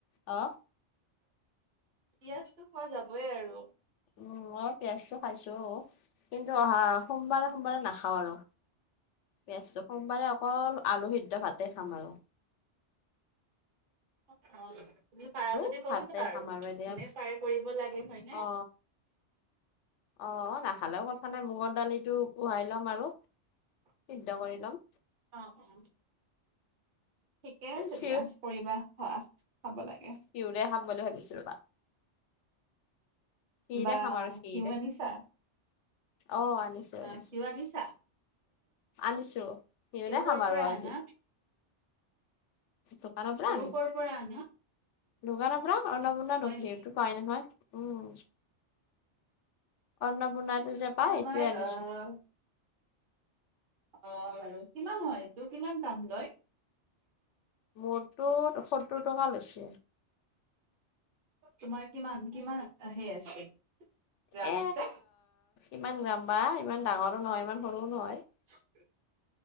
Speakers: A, on the left; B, on the right.
A: অ।
B: পিয়াজটো খোৱা যাবই আৰু।
A: উম ম পিয়াজটো খাইছো, কিন্তু অহা সোমবাৰে সোমবাৰে নাখাও আৰু। পিঁয়াজটো সোমবাৰে অকল আলু সিদ্ধ ভাতেই খাম আও।
B: অ তুমি পাৰা
A: আৰু
B: যদি কৰিবা
A: ভাতে খাম
B: আৰু
A: এতিয়া
B: যোনে পাৰে কৰিব লাগে হয়নে?
A: অ অ নাখালেও কথা নাই মগৰ দালিটো পোহাই ল'ম আৰু সিদ্ধ কৰি ল'ম।
B: অ অ। ঠিকে আছে
A: খি
B: দিয়া কৰিবা খৱা খাব লাগে।
A: পিউৰে খাম বুলি ভাবিছো ৰবা। ঘি
B: বা
A: ৰে খাম আৰু ঘি
B: ঘিউ আনিছা
A: অ আনিছো।
B: অ
A: আনিছো
B: ঘিউ আনিছা?
A: আনিছো ঘি
B: ঘিউ
A: ৰে
B: কৰ
A: খাম আৰু
B: পৰা
A: আজি।
B: আনা
A: দোকানৰ পৰা
B: ঘিউ
A: আনো,
B: কৰ পৰা আনা
A: দোকানৰ পৰা অৰ্ণপূ!
B: হয় নেকি
A: সেইটো পাই নহয় উম। অন্নপূৰ্ণাটো যে পা
B: তোমাৰ
A: এইটোৱে আনিছো।
B: আহ অ বাৰু কিমান হয় এইটো কিমান দাম লয়?
A: মোৰটো সত্তৰ টকা লৈছে।
B: তোমাৰ কিমান কিমান হেই আছে? গ্ৰাম
A: এ
B: আছে
A: ইমান গ্ৰাম বা ইমান ডাঙৰো নহয় ইমান সৰুও নহয়।
B: <inaudible>